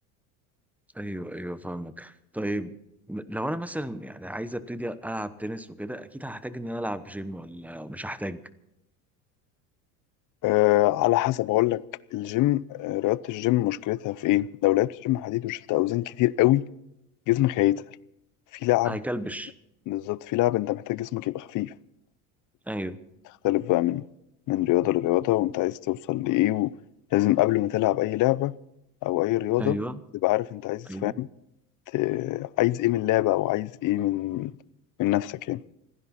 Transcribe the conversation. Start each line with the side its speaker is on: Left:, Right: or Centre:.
Centre: ايوه ايوه فاهمك طيب م- لو انا مثلا يعني عايز ابتدي العب تنس وكده اكيد هحتاج ان انا العب جيم ولا مش هحتاج
Left: أه على حسب اقول لك الجيم آه، رياضه الجيم مشكلتها في ايه لو لعبت جيم حديد وشلت اوزان كتير قوي جسمك هيتقل في لعب
Centre: هيكلبش
Left: بالظبط في لعب انت محتاج جسمك يبقى خفيف
Centre: ايوه
Left: تختلف بقى من من رياضة لرياضة وانت عايز توصل لإيه ولازم قبل ما تلعب أي لعبة أو أي رياضة
Centre: ايوه
Left: تبقى عارف انت عايز
Centre: ايوه
Left: فاهم ت- عايز ايه من اللعبة أو عايز ايه من من نفسك يعني